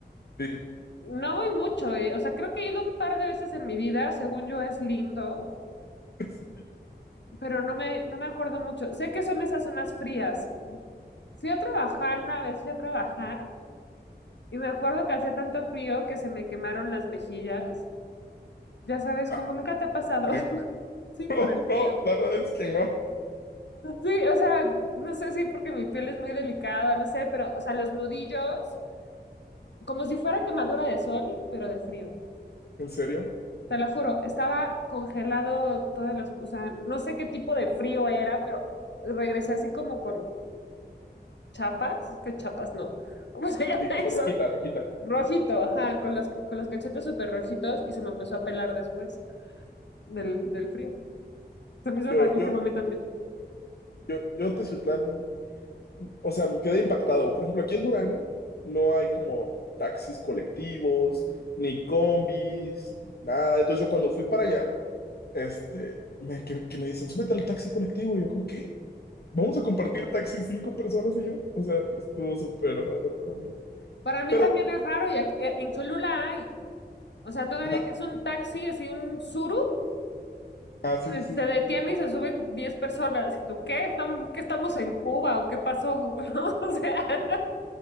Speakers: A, on the left; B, on the left.
A: Sí.
B: No voy mucho, eh. O sea, creo que he ido un par de veces en mi vida, según yo es lindo,
A: <laughs> Sí.
B: pero no me, no me acuerdo mucho. Sé que son esas zonas frías. Fui a trabajar una vez, fui a trabajar, y me acuerdo que hacía tanto frío que se me quemaron las mejillas. Ya sabes,
A: Ah,
B: como nunca te ha pasado.
A: frío.
B: <laughs>
A: <laughs>
B: Sí, por
A: No,
B: el frío.
A: no, la verdad es que no.
B: Sí, o sea, no sé si porque mi piel es muy delicada, no sé, pero, o sea, los nudillos, como si fuera quemadura de sol, pero de frío.
A: ¿En serio?
B: Te lo juro, estaba congelado todas las, o sea, no sé qué tipo de frío era, pero regresé así como con chapas, es que chapas no, <laughs> ¿cómo se llama
A: Sí, como
B: eso?
A: Rojita, Rojita.
B: Rojito, ajá, con los, con los cachetes súper rojitos y se me empezó a pelar después del, del frío. Se me hizo
A: Yo,
B: rarísimo
A: yo,
B: a mí también.
A: yo, yo Teciutlán, o sea, me quedé impactado. Por ejemplo, aquí en Durango no hay como taxis colectivos, ni combis, nada. Entonces yo cuando fui para allá, este, me, que, que me dicen, súbete al taxi colectivo. Y yo como, ¿qué? ¿Vamos a compartir taxi cinco personas y yo? O sea, estuvo súper raro para mí.
B: Para mí
A: Pero,
B: también es raro y aquí- eh, en Cholula hay. O sea, todavía
A: ajá,
B: que es un taxi, así un suru,
A: ah, sí,
B: que
A: sí, sí.
B: se detiene y se suben 10 personas. ¿Y tú qué? ¿Estamos, qué estamos en Cuba o qué pasó? <laughs> ¿No? O sea,